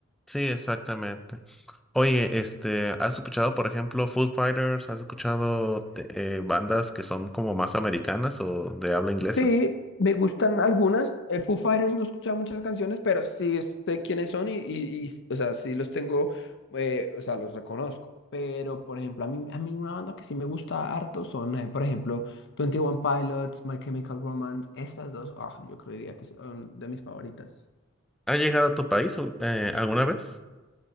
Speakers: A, in the centre; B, on the left.
A: Sí, exactamente. Oye, este, ¿has escuchado, por ejemplo, Foo Fighters? ¿Has escuchado te- eh, bandas que son como más americanas o de habla inglesa?
B: Sí, me gustan algunas. Eh, Foo Fighters no he escuchado muchas canciones, pero sí sé quiénes son y, y, y, o sea, sí los tengo, eh, o sea, los reconozco. Pero, por ejemplo, a mí, a mí una banda que sí me gusta harto son, eh, por ejemplo, Twenty One Pilots, My Chemical Romance, estas dos, ah, yo creería que son de mis favoritas.
A: ¿Ha llegado a tu país o- eh, alguna vez?